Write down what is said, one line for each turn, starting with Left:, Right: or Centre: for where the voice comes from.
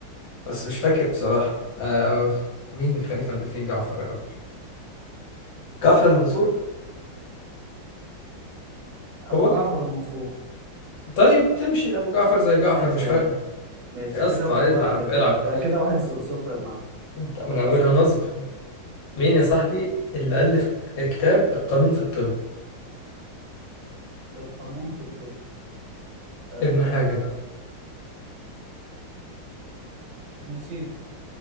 Left: بس مش فاكر بصراحة أه... مين الخليفة اللي فيه جعفر يا رب جعفر المنصور
Right: ابو
Left: هو
Right: جعفر المنصور
Left: طيب تمشي أبو جعفر زي جعفر
Right: ماشي
Left: مش
Right: يا
Left: فارقة
Right: عم ماشي
Left: يا اسطى
Right: كده واحد
Left: العب
Right: واحد يا ابن
Left: العب
Right: عم أه كده واحد ز- صفر يا ابن عم
Left: انت من اولها
Right: اسال
Left: نصب
Right: سؤال
Left: مين يا صاحبي اللي الف كتاب القانون في الطب
Right: القانون في الطب آه
Left: ابن حاجه
Right: ابن سينا